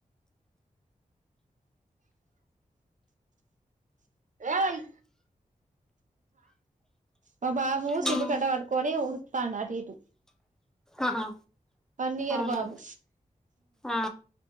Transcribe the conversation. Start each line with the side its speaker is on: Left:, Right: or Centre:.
Right: ఏయ్ మా బాబు సిపురు
Centre: ఆ
Right: కట్ట పట్టుకొని ఉడుత్తాండు అటు ఇటు
Centre: ఆహా
Right: వన్ ఇయర్
Centre: అవునా
Right: బాబు
Centre: ఆ